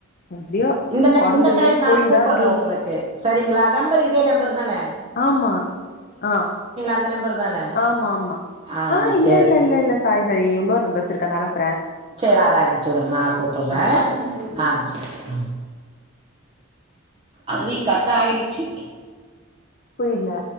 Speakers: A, on the left (about 45°); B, on the right (about 25°).
A: எப்டியோ
B: இந்தன
A: பொறந்த
B: இந்த
A: வீட்டுக்கு
B: டைம் நா
A: போயின்னு
B: கூப்பற
A: தா இருக்கீங்க
B: உங்களுக்கு சரிங்களா நம்பர் இதே நம்பர் தானே
A: ஆமா ஆ
B: அந்த நம்பர் தான
A: ஆமா ஆமா
B: ஆ
A: ஆஹ இல்ல
B: சேரி
A: இல்ல இல்லல்ல சாரி சாரி இன்னொர் நம்பர் வச்சிருக்க அத அனுப்
B: சேரி அத அனுப்ச்சுடுங்க நா கூப்புர்ற
A: ஆ
B: ஆ சேரி ‌ம் அதுவே கட்டாயிடுச்சு
A: புரியில